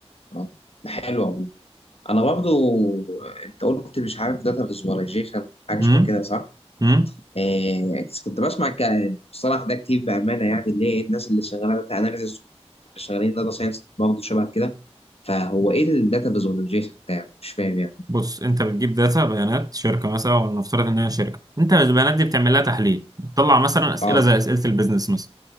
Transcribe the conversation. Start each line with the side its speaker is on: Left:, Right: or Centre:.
Left: اه ده حلو والله انا برضو انت قلت مش عارف داتا فيزواليزيشن حاجه شبه
Right: امم
Left: كده صح؟
Right: امم
Left: آه كنت بسمع ك- الصراحه ده كتير بامانه يعني اللي هي الناس اللي شغاله داتا اناليسيس شغالين داتا ساينس برضه شبه كده فهو ايه الداتا فيزواليزيشن ده يعني مش فاهم يعني
Right: بص انت بتجيب داتا بيانات شركة مثلا ولنفترض ان هي شركة انت البيانات دي بتعمل لها تحليل بتطلع مثلا اسئلة
Left: اه
Right: زي اسئلة البيزنس مثلا